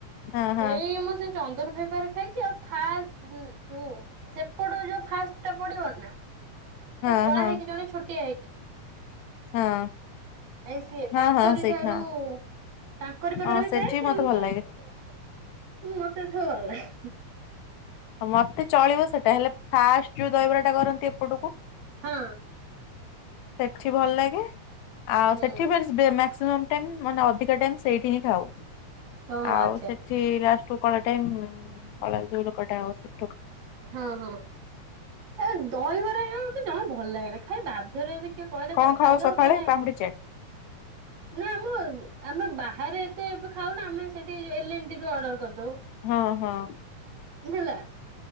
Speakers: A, on the left; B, on the right.
A: ହଁ ହଁ
B: ଏଇ ମୁଁ ସେ ଚନ୍ଦନ ଭାଇ ପାଖରେ ଖାଇଛି ଆଉ ଫାଷ୍ଟ ଉ ଉ ସେପଟ ଯୋଉ ଫାଷ୍ଟ ଟା ପଡିବ ନା
A: ହଁ
B: ଯୋଉ କଳା
A: ହଁ
B: ହେଇକି ଜଣେ ଛୋଟିଆ ହେଇକି।
A: ହଁ
B: ଏଇ ସିଏ
A: ହଁ
B: ତାଙ୍କରି
A: ହଁ ସେଇଠି
B: ଠାରୁ
A: ହଁ
B: ତାଙ୍କରି ପାଖରେ
A: ହଁ
B: ବି
A: ସେଠି
B: ଥାଏ କିନ୍ତୁ
A: ମତେ ଭଲ ଲାଗେ।
B: ମତେ ଏତେ ଭଲ ଲାଗନି
A: ମତେ ଚଳିବ ସେଟା ହେଲେ ଫାଷ୍ଟ ଯୋଉ ଦହିବରାଟା କରନ୍ତି ଏପଟକୁ
B: ହଁ
A: ସେଠି ଭଲ ଲାଗେ ଆଉ
B: ହୁଁ
A: ସେଠି ବେଶୀ ବେମା ସେମ୍ ଟାଇମ୍ ମାନେ ଅଧିକା ଟାଇମ୍ ସେଇଠି ହିଁ ଖାଉ
B: ଓହୋ
A: ଆଉ
B: ଆଚ୍ଛା
A: ସେଠି ଲାଷ୍ଟକୁ କଳା ଟାଇମ୍ କଳା ଯୋଉ ଲୋକଟା ଆଉ ସେଠି
B: ହଁ ହଁ ଏ ଦହିବରା ହେଉ ମତେ ଜମା ଭଲ ଲାଗେନି ଖାଲି ବାଧ୍ୟରେ କିଏ କହିଲା
A: କଣ
B: ଚାଲେ
A: ଖାଉ
B: ଖାଇଦବା
A: ସକାଳେ
B: ଫେନେ
A: ପାମ୍ପୁଡି ଚାଟ୍
B: ନାଇଁ ମୁଁ ଉ ଆମେ ବାକି ଥରେ ଏତେ ଏବେ ଖାଉନା ଆମେ ସେଠି ଏଲ, ଏନ୍, ଟି ରୁ ଅର୍ଡର କରିଦେଉ
A: ହଁ ହଁ
B: ହେଲା